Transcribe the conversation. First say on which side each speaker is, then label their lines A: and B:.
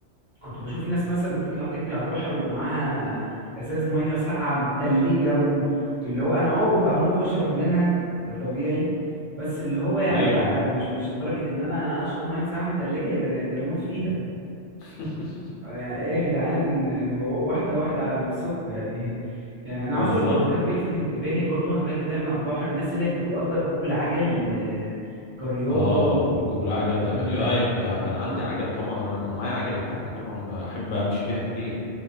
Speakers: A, on the right; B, on the left.
A: كنت بشوف ناس مثلا بتطلع تجري على البحر ومعاها ازاز ميه ساقعه متلجه واللي هو انا اه ببقى هموت واشرب منها ده طبيعي بس اللي هو يعني
B: ايوه
A: لا مش مش لدرجه ان انا اشرب ميه ساقعه متلجه ده انا ده انا اموت فيها
B: <laughs>
A: يعني ايه يا جدعان واحده واحده على نفسكم يعني يعني انا
B: بالظبب
A: عاوز اقول لك برضو كان بيلفت انتباهي برضو وانا بجري دايما على البحر الناس اللي هي بتبقى واخده ركوب العجل آه، كرياضه
B: اه
A: و...
B: ركوب العجل
A: جميلة
B: ده كان يا كنت كان عندي عجل طبعا انا كان معايا عجله بتاعتي طبعا بحب امشي بيها كتير